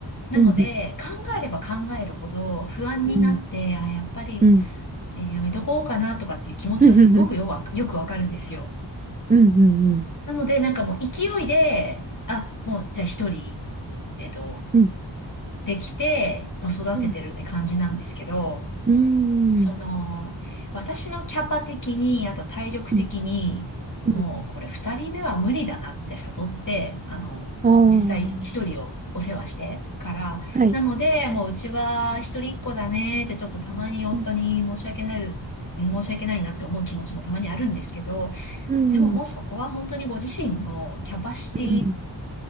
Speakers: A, on the left; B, on the right.
A: なので、
B: うん、うん、
A: 考えれば考えるほど不安になって、
B: うん、
A: あ、やっぱり、
B: うん、
A: えーやめとこうかなとかっていう気持ちはすごくよくわ、
B: <laughs>
A: よくわかるんですよ。
B: うん、うん、
A: なので、なんかもう勢いで、あ、もうじゃあ一人、えっと、
B: うん、うん、
A: できて、もう育ててるって感じなんですけど、
B: うん、うん、
A: その、私のキャパ的に、あと体力的に、
B: うん、うん、
A: もうこれ二人目は無理だなって悟って、あの、
B: あ
A: 実際一人をお世話してから、
B: あー、はい。
A: なので、もううちは一人っ子だねってちょっとたまに夫に申し訳ない、
B: うん、
A: 申し訳ないなって思う気持ちもたまにあるんですけど、
B: うん、
A: でももうそこは本当にご自身のキャパシテ
B: うん、